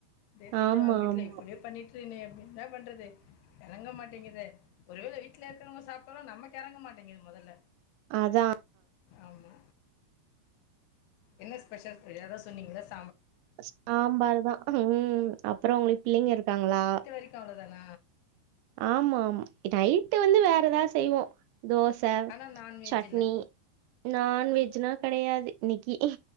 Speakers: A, on the left; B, on the right.
A: ஒரே திட்டுவாங்க
B: ஆமா
A: வீட்ல
B: ஆமா
A: இப்டியே பண்ணிட்டு இது நீ எப்பைமே பண்றது எறங்க மாட்டேங்குதே ஒரு வேள வீட்ல இருக்குறவங்க சாப்ட்டாலு நமக்கு எறங்க மாட்டேங்குது மொதல்ல
B: அதா
A: ஆமா என்ன ஸ்பெஷல் தோழி எதோ சொன்னீங்களே எ
B: சாம்பாருதா ம் அப்றோ உங்களுக்கு பிள்ளைங்க இருக்காங்களா
A: ரிக்கு அவ்ங்கதான
B: ஆமா ஆம் நைட்டு வந்து வேற எதாவ் செய்வோ தோச
A: ஆனால் நான்வெஜ்
B: சட்னி
A: இல்லை
B: நான்வெஜ்னா கெடையாது இன்னைக்கி